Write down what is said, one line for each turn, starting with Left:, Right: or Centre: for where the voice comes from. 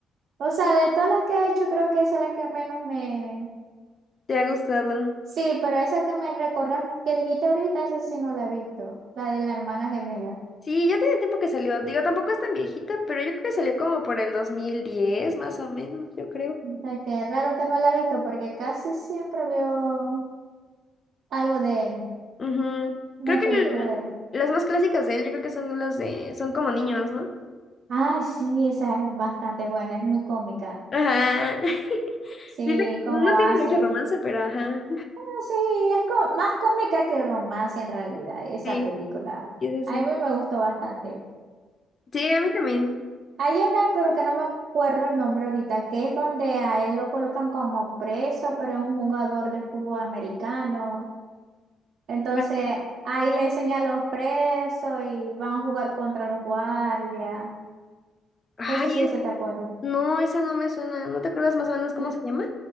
Right: O sea, de todas las que he hecho, creo que esa es la que menos me,
Left: ¿Te ha gustado?
Right: Sí, pero esa que me recordaste, que dijiste ahorita, esa sí no la he visto, la de la hermana gemela.
Left: Sí, ya tiene tiempo que salió. Digo, tampoco es tan viejita, pero yo creo que salió como por el 2010, más o menos, yo creo.
Right: Ay, Qué raro que no la he visto, porque casi siempre veo algo de él,
Left: Ujú.
Right: una
Left: Creo que
Right: película de él.
Left: las más clásicas de él, yo creo que son las de, son como niños, ¿no?
Right: Ay, sí, esa es bastante buena, es muy cómica.
Left: Ajá. <laughs>
Right: Sí,
Left: Sí, te-
Right: cómo
Left: no tiene
Right: hace.
Left: mucho romance, pero ajá.
Right: Ah, Sí, es co- más cómica que romance en realidad, esa
Left: Sí,
Right: película.
Left: es así.
Right: A mí
Left: Sí,
Right: me gustó bastante.
Left: Sí, a mí también.
Right: Hay una, pero que no me acuerdo el nombre ahorita, que es donde a él lo colocan como preso, pero es un jugador de fútbol americano. Entonces,
Left: Ajá.
Right: ahí le enseñan a los presos y van a jugar contra los guardias.
Left: Ay,
Right: Entonces, si
Left: es-
Right: se te acuerdas
Left: no, esa no me suena. ¿No te acuerdas más o menos cómo
Right: N-
Left: se llama?